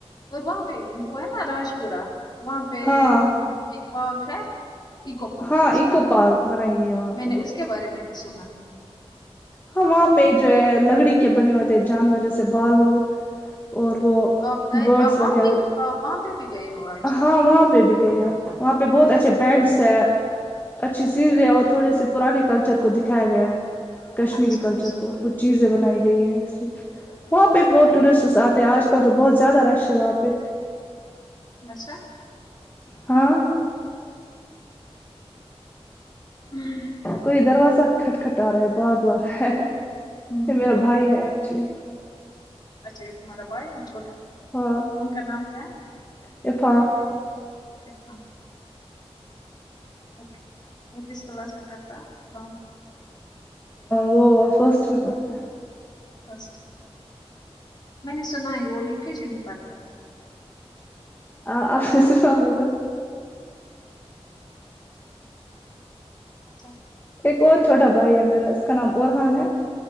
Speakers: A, on the left (about 40°); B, on the left (about 20°).
A: اور وہاں پہ وہ ہے نا راج پورہ وہاں پہ
B: ہاں
A: ایک پارک ہے ایکو پارک
B: ہاں
A: اس
B: ایکو
A: کا نام
B: پارک
A: ہے
B: بنائی گئی ہے وہاں
A: میں
B: پہ
A: نے اس کے بارے میں بھی سنا ہے
B: ہاں وہاں پہ جو ہے لکڑی کے بنے ہوئےتے ہیں جانور جیسے بالو اور وہ
A: اب گئے
B: برڈس
A: افوان
B: وغیرہ
A: پ افوان پہ بھی گئے ہو آ
B: ہاں وہاں پہ بھی تھے وہاں پہ بہت اچھے بینٹس ہے اچھی سن رہے اور تھوڑے سے پرانے کلچر کو دکھایا گیا ہے کشمیری
A: اچھا اچھا
B: کلچر کو کچھ چیزیں بنائی گئی ہیں اس لیے وہاں پہ بھی بہت ٹورسٹس آتے ہیں آج کل تو بہت زیادہ رش ہے وہاں پہ
A: <unintelligible>
B: ہاں
A: <unintelligible>
B: کوئی دروازہ کھٹ کٹ آ رہا ہے بار بار
A: ہوں
B: میرا بھائی ہے ایکچولی
A: اچھا یہ تمہارا بھائی یا چھوٹا
B: ہاں
A: ان کا نام کیا ہے
B: اطاعت
A: اکلام اوکے وہ کس کلاس میںٹر تھا کام
B: وہ فسٹ میں پڑھتا ہے
A: فسٹ میں نے سنا ہے وہ یو کے جی میں پڑھتا ہے
B: آپ نے سنا ہوگا
A: اچھا
B: ایک اور چھوٹا بھائی ہے میرا اس کا نام ارحان ہے